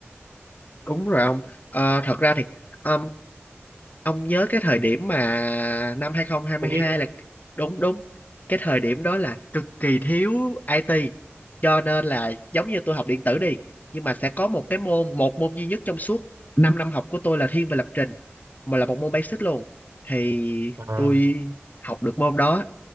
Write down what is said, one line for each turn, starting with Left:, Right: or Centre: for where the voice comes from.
Left: đúng rồi ông Ờ, thật ra thì um, ông nhớ cái thời điểm mà năm hai không hai
Right: Không
Left: hai
Right: biết.
Left: là đúng đúng cái thời điểm đó là cực kỳ thiếu IT cho nên là giống như tôi học điện tử đi nhưng mà sẽ có một cái môn một môn duy nhất trong suốt 5 năm học của tôi là thiên về lập trình mà là một môn basic luôn thì
Right: À,
Left: tôi học được môn đó